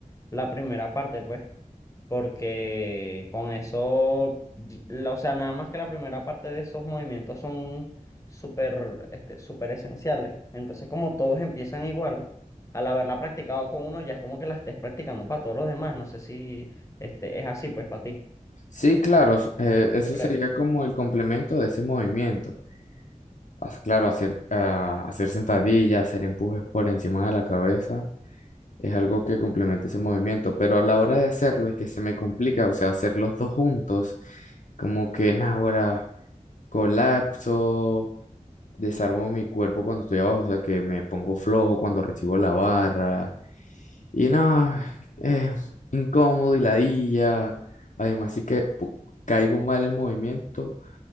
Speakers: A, on the left; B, on the left.
A: la primera parte, pues porque con eso, y- la- o sea, nada más que la primera parte de esos movimientos son súper, este, súper esenciales. Entonces, como todos empiezan igual, al haberla practicado con uno, ya es como que la estés practicando para todos los demás. No sé si este, es así, pues, para ti.
B: Sí, claro, s- eh, eso
A: ¿Tú crees?
B: sería como el complemento de ese movimiento. As- Claro, hacer, ah, hacer sentadillas, hacer empujes por encima de la cabeza es algo que complementa ese movimiento, pero a la hora de hacerlo es que se me complica, o sea, hacer los dos juntos, como que, ahora colapso, desarmo mi cuerpo cuando estoy abajo, o sea que me pongo flojo cuando recibo la barra. Y no, es incómodo y ladilla. Además, sí que pu- caigo mal el movimiento,